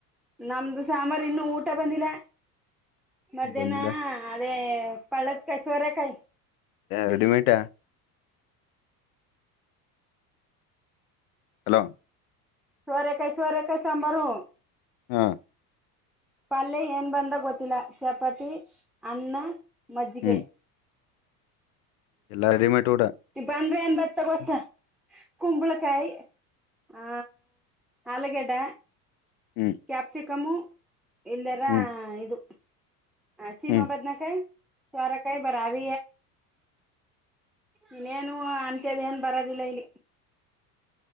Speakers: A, in the centre; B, on the left.
A: ನಮ್ದು ಸಾಮಾರು ಇನ್ನು ಊಟ ಬಂದಿಲ್ಲ ಮಧ್ಯಾಹ್ನ
B: ಬಂದಿಲ್ಲ
A: ಅದೇ ಪಳತ್ ಕಾಯ ಸವರ ಕಾಯ
B: ರೆಡಿಮೇಟ ಹಲೋ
A: ಸವರೆ ಕಾಯಿ ಸವರೆ ಕಾಯ ಸಾಂಬಾರು
B: ಹ್ಮ
A: ಪಲ್ಯ ಏನ್ ಬಂದ ಗೊತ್ತಿಲ್ಲ ಚಪಾತಿ ಅನ್ನ ಮಜ್ಜಿಗೆ.
B: ಹ್ಮ್ ಎಲ್ಲಾ ರೆಡಿಮೇಡ್ ಊಟ
A: ನೀ ಬಂದ್ರೆ ಏನ್ ಬತ್ತ ಗೊತ್ತ
B: ಹ್ಮ್
A: ಕುಂಬಳಕಾಯಿ ಹ ಆಲೂಗಡ್ಡ
B: ಹ್ಮ್
A: ಕ್ಯಾಪ್ಸಿಕಮು ಇಲ್ಲರ
B: ಹ್ಮ್
A: ಇದು ಹಾ ಸೀಮಾ
B: ಹ್ಮ್
A: ಬಾದ್ನ ಕಾಯ ಸೋರೆ ಕಾಯ ಬರಾವ ಇನ್ನೇನು ಅಂತ್ಯದ ಏನ್ ಬರೋದಿಲ್ಲ ಇಲ್ಲಿ.